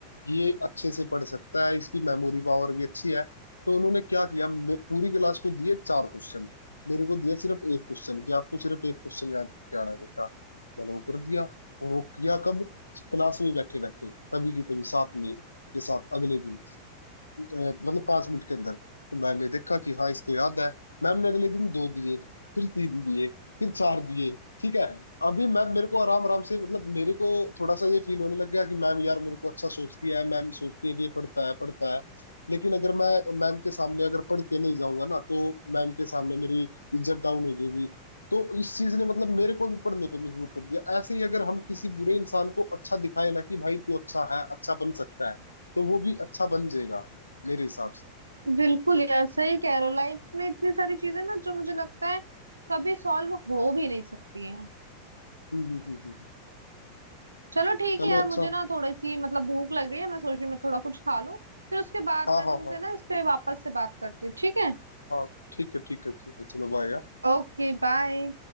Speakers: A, on the left (about 80°); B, on the right (about 80°).
A: ये अच्छे से पढ़ सकता है इसकी मेमोरी पावर भी अच्छी है तो उन्होंने क्या किया मे- पूरी क्लास को दिए चार क्वेश्चन मेरे को दिया सिर्फ एक क्वेश्चन कि आपको सिर्फ एक क्वेश्चन याद करके आना है बेटा मैंने वो कर दिया और वो किया कब क्लास में बैठे बैठे तभी की तभी साथ में के साथ अगले दिन मतलब पांच मिनट के अंदर तो मैम ने देखा कि हाँ इसको याद है मैम ने अगले दिन दो दिए फिर तीन दिए फिर चार दिए ठीक है अभी मैम मेरे को आराम आराम से मतलब मेरे को थोड़ा सा ये फील होने लग गया कि मैम यार मेरे को अच्छा सोचती है मैम सोचती है कि ये पढ़ता है पढ़ता है लेकिन अगर मैं मैम के सामने अगर पढ़ के नहीं जाऊंगा ना तो मैम के सामने मेरी इज्जत डाउन हो जाएगी तो इस चीज ने मतलब मेरे को भी पढ़ने पे मजबूर कर दिया ऐसे ही अगर हम किसी बुरे इंसान को अच्छा दिखाए ना कि भाई तू अच्छा है अच्छा बन सकता है तो वो भी अच्छा बन जाएगा मेरे हिसाब से
B: बिल्कुल यार सही कह रहे हो लाइफ में इतनी सारी चीजें ना जो मुझे लगता है कभी सॉल्व हो भी नहीं सकती हैं
A: हम्म हम्म हम्म हम्म।
B: चलो ठीक
A: चलो
B: है यार
A: अच्छा
B: मुझे ना थोड़ी सी मतलब भूख लग रही है मैं सोच रही हूँ मैं थोड़ा कुछ खा लूं फिर उसके बाद
A: हाँ
B: मैं
A: हाँ
B: तुमसे
A: हाँ
B: ना इस पे वापस से बात करती हूँ ठीक है
A: हाँ ठीक है ठीक है ठीक है चलो बाय यार।
B: Okay bye